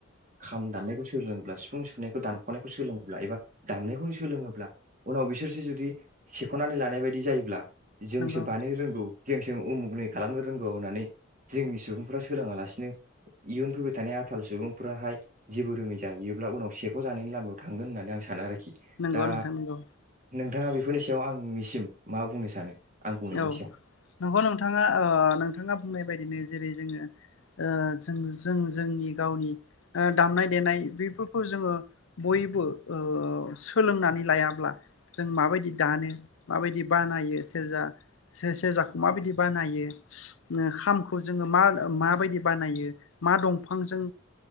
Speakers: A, on the right (about 40°); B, on the left (about 70°).
A: खाम दामनायखौ सोलोङोब्ला सिफुं सुनायखौ दानख'नायखौ सोलोङोब्ला एबा दामनायखौनो सोलोङोब्ला उनाव बिसोर जुदि सेख'नानै लानाय बायदि जायोब्ला जोंसो
B: नंगौ
A: बानायनो रोंगौ जोंसो उमुगनै खालामनो रोंगौ होननानै जोंनि सुबुंफोरा सोलोङालासिनो इयुन फैबाय थानाय आथाल सुबुंफोराहाय जेबो रोङै जाहैयोब्ला उनाव सेखौ जानायनि लामायाव थांगोन होननानै आं सानो आरोखि
B: नंगौ
A: दा
B: नोंथां नंगौ
A: नोंथाङा बे बेफोरनि सायाव आंनिसिम मा बुंनो सानो? आं बुंनायनि
B: औ
A: सायाव
B: नोंगौ नोंथाङा ओ नोंथाङा बुंनाय बायदिनो जेरै जोङो ओ जों जों जोंनि गावनि दामनाय देनाय बेफोरखौ जोङो बयबो ओ सोलोंनानै लायाब्ला जों माबायदि दानो माबायदि बानायो सेरजा सेरजाखौ माबायदि बानायो ओ खामखौ जोङो मा माबायदि बानायो मा दंफांजों